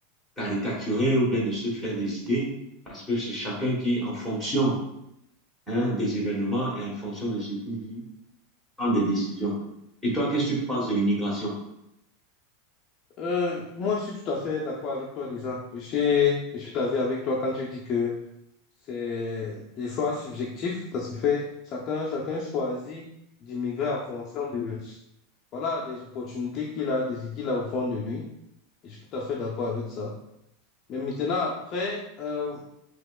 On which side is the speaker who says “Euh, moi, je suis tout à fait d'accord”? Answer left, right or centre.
Left